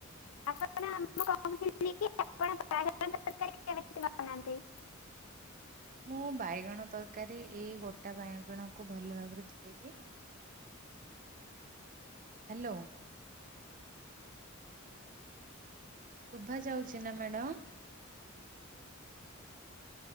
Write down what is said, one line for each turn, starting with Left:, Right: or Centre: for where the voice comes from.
Left: ଆପଣଁ କହୁଥିଲ କି ଆପଣ ବାହାଘରକାର। <inaudible> କେନାହାନ୍ତି <inaudible>
Right: ମୁଁ ବାଇଗଣ ତରକାରୀ, ଏଇ ଗୋଟା ବାଇଗଣକୁ ଭଲ ଭାବରେ ଧୋଇଦିଏ। ହାଲୋ। ଶୁଭା ଯାଉଛି ନା ମ୍ୟାଡାମ?